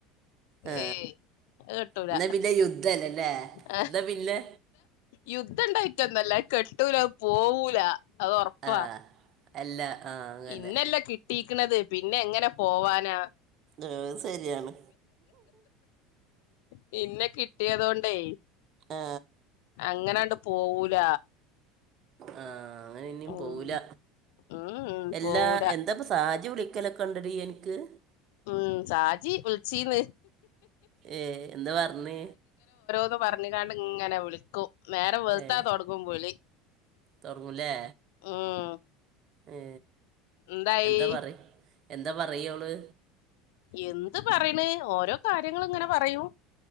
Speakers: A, on the right; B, on the left.
A: ആ
B: ഏയ് അത് കെട്ടൂല
A: എന്നാ പിന്നെ യുദ്ധമല്ലേ
B: ആ.
A: എന്നാ പിന്നെ
B: യുദ്ധം ഉണ്ടായിട്ടന്നല്ല കെട്ടൂല പോവൂല. അത് ഉറപ്പാ
A: ആ അല്ല ആ അങ്ങനെ
B: എന്നെ അല്ലേ കിട്ടി. ക്ക് ണത് പിന്നെ ങ്ങനെ പോവാനാ?
A: ഏ ശരിയാണ്.
B: പിന്നെ കിട്ടിയതോണ്ടേ
A: ആ
B: അങ്ങനണ്ട് പോവൂല.
A: ആഹ് അങ്ങനെ യൊന്നും
B: ഉം
A: പോവില്ല
B: ഉം ഉം
A: അല്ല
B: പോവൂല
A: എന്താപ്പോ സാജി വിളി - വിളിക്കൽ ഒക്കെ ഉണ്ടോ നിനക്ക്
B: ഉം ഷാജി വിളിച്ചീന്ന്.
A: ഏ എന്താ പറഞ്ഞേ?
B: ന്ന് പറഞ്ഞ കണ്ട് ഇങ്ങനെ വിളിക്കും നേരെ വെളുത്ത
A: ഏ
B: തൊടങ്ങും വിളി.
A: തുടങ്ങൂലേ
B: ഉം
A: ഏ
B: എന്തായി
A: എന്താ പാറിയ എന്താ പറയോള്?
B: എന്ത് പറയണ് ഓരോ കാര്യങ്ങളും ഇങ്ങനെ പറയും.